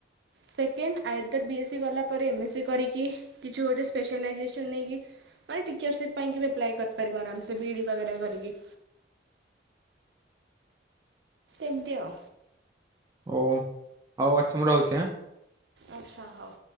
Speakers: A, on the right (about 70°); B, on the right (about 20°).
A: ସେକେଣ୍ଡ ଆୟଦର୍ ବି ଏସ୍ ସି ଗଲା ପରେ ଏମ୍ଏସ୍ କରିକି କିଛି ଗୋଟେ ସ୍ପେଶାଲାଇଜେସନ୍ ନେଇକି ମାନେ ଟିଚର୍ସିପ୍ ପାଇଁ କି ବି ଆପ୍ଲାଏ କରିପାରିବ ଆରାମସେ ବି ଡ଼ି ବଗେରା କରିକି। ଏମିତି ଆଉ
B: ଓ ହଉ ଆଛ ମୁଁ ରହୁଛିଁ।
A: ଆଚ୍ଛା ହଉ।